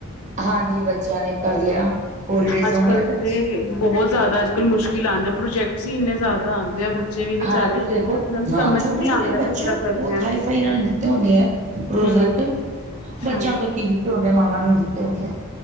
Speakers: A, on the right (about 35°); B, on the left (about 85°).
A: ਹਾਂਜੀ, ਬੱਚਿਆਂ ਨੇ ਕਰ ਲਿਆ। ਹੋਲੀਡੇਜ਼
B: ਅੱਜ-ਕਲ
A: ਹੋਮਵਰਕ
B: ਤੇ ਬਹੁਤ ਜਿਆਦਾ ਅੱਜ-ਕਲ ਮੁਸ਼ਕਿਲ ਆਉਂਦੇ ਆ, ਪ੍ਰੋਜੈਕਟਸ ਹੀ ਇੰਨੇ ਜ਼ਿਆਦਾ, ਆਉਂਦੇ ਆ ਬੱਚੇ ਵੀ ਵਿਚਾਰੇ
A: ਹਾਂ ਤੁਸੀਂ
B: ਉਹਨਾਂ
A: ਦੇਖੋ
B: ਨੂੰ
A: ਹਾਂ,
B: ਸਮਝ
A: ਛੋਟੇ-ਛੋਟੇ
B: ਹੀ ਨਹੀਂ ਆਉਂਦਾ
A: ਬੱਚਿਆਂ
B: ਕਿਸ ਤਰ੍ਹਾਂ
A: ਨੂੰ
B: ਕਰਨਾ
A: ਬਹੁਤ ਹਾਈ-ਫਾਈ ਨਾਲ ਦਿੱਤੇ ਹੁੰਦੇ ਆ ਪ੍ਰੋਜੈਕਟ
B: ਹਮ
A: ਬੱਚਿਆਂ
B: ਹਾਂਜੀ
A: ਨੂੰ ਤਾਂ ਕੀ ਦਿੱਤੇ ਹੁੰਦੇ ਮਾਵਾਂ ਨੂੰ ਦਿੱਤੇ ਹੂੰਦੇ ਐ